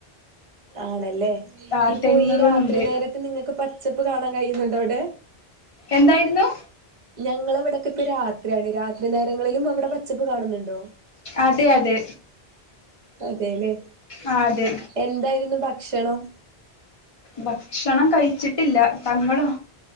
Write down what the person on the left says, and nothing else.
ആ
തെങ്ങുകളുണ്ട്
എന്തായിരുന്നു
അതെ അതെ
ആ അതെ
ഭക്ഷണം കഴിച്ചിട്ടില്ല തങ്ങളോ?